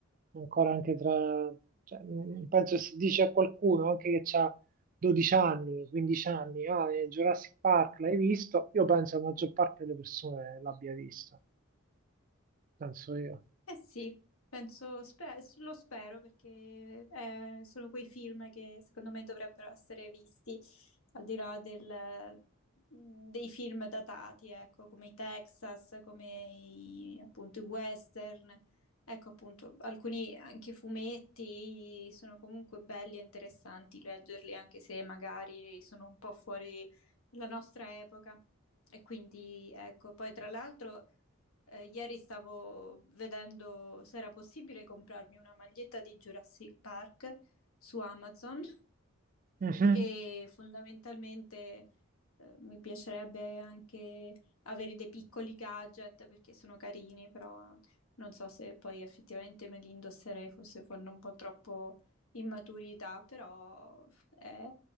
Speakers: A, on the right (about 40°); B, on the left (about 85°).
A: ancora anche tra, cioè, mm, penso se dice a qualcuno anche che ha 12 anni, 15 anni, ah, eh, Jurassic Park l'hai visto? Io penso la maggior parte delle persone l'abbia vista, penso io.
B: Eh sì, penso, spe- lo spero perché eh, sono quei film che secondo me dovrebbero essere visti, al di là del- mhmm, dei film datati, ecco, come i Texas, come i, appunto i western, ecco appunto alcuni anche fumetti sono comunque belli e interessanti leggerli anche se magari sono un po' fuori la nostra epoca. E quindi ecco, poi tra l'altro... Eh, ieri stavo vedendo se era possibile comprarmi una maglietta di Jurassic Park su Amazon
A: Mhm.
B: e fondamentalmente eh, mi piacerebbe anche avere dei piccoli gadget perché sono carini, però non so se poi effettivamente me li indosserei, forse fanno un po' troppo immaturità, però è,